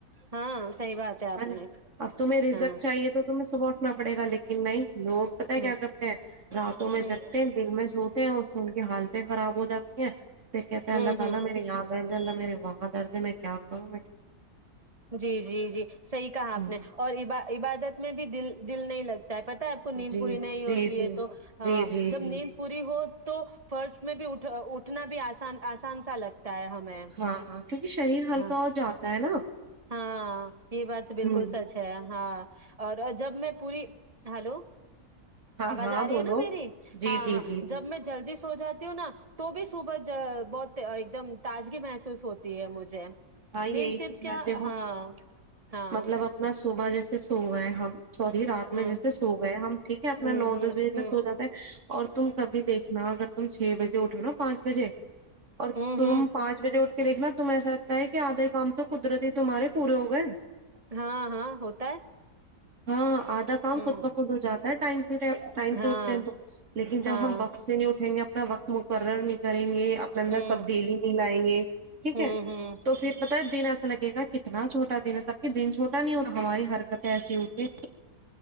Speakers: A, on the right; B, on the right.
A: ہاں صحیح بات ہے آپ
B: نا
A: نے
B: اب تمہیں رزک
A: ہاں
B: چاہیے تو تمہیں صبح اٹنا پڑےا لیکن نہیں لوگ پت ہے کیا
A: نہیں
B: کرتے ہیں راتوں میں
A: ہ
B: جگتے ہیں دن میں سوتے ہیں اور سے ان کی حالتیں خراب ہو جاتی ہیں پ کہتے پہل
A: ہ
B: پہا
A: ہ
B: مے یاد آ ج لہ میرے وہاں درد ہے میں کیا کہوں
A: جی جی جی صحیح کہا آپ
B: کروں؟
A: نے اور ا بار عبادت میں بھی دل دل نہیں لگتی پتا ہے آپ کو نیند
B: جی
A: پوری نہیں
B: جی
A: ہوتی
B: جی
A: ہے تو ہاں
B: جی جی
A: جب
B: جی
A: نیند پوری ہو تو فرسٹ میں بھی اٹھ اٹھنا بھی آس آسان سا لگتا ہے ت ہمیں
B: ہاں ہاں کیونکہ شریر ہلکا
A: ہاں
B: ہو جاتا ہے نا
A: ہاں یہ بات
B: ہوں
A: بالکل سچ ہے ہاں اور جب میں پوری ہلو
B: ہاں
A: آواز
B: ہاں
A: آ رہی
B: بولو
A: ہے نا میری
B: جی
A: ہاں
B: جی
A: ہاں
B: جی جی
A: جب میں جلدی ہو جاتی ہو نا تو بھی صبح بہت ایک دم تازگی محسوس ہوتی ہے مجھے
B: ہئیئی
A: نیند صرف
B: تو <unintelligible>
A: کیا
B: دیکھو
A: ہاں ہاں
B: مطلب اپنا صبح جیسے <unintelligible> ہوا ہے ہماں <unintelligible> سوری رات
A: ہوں
B: میں جیسے سو گئے ہم ٹھیک ہے اپنا
A: ہوں
B: نو
A: ہوں
B: دس بجے
A: ہوں
B: تک سو جاتے ہے <unintelligible> اور تم کبھی دیکھنا اگر تم چھ بجے اٹھو نا پانچ بجے <unintelligible> اور
A: ہوں
B: تم
A: ہوں
B: پانچ بجے اٹ <unintelligible> یکھنا ت توم ایسا <unintelligible> تا ہے کہ آدھے کام تو قدرتی تمہارے پورے ہو گئے <unintelligible>
A: ہاں ہاں ہوتا ہے <unintelligible>
B: ہاں آدھا کام
A: ہوں
B: خود بخود ہو جاتا ہے ٹائم سے ٹائم
A: ہاں
B: سے اٹھتے ہیں تو لیکن جب
A: ہاں
B: ہم وقت سے نہیں اٹھیں گے <unintelligible> ن وک مکر ن کریں گے اپنے اندر
A: ہوں
B: تبدیلی نہیں لائیں گے ٹھیک
A: ہوں
B: ہے <unintelligible>
A: ہوں
B: تو پھر پتا دن ایسا لگے گا کتنا چھوٹا دن ہے تب کہ دن چھوٹا نہیں ہوتا ہماری حرکتیں ایسی ہوتی ہیں <unintelligible>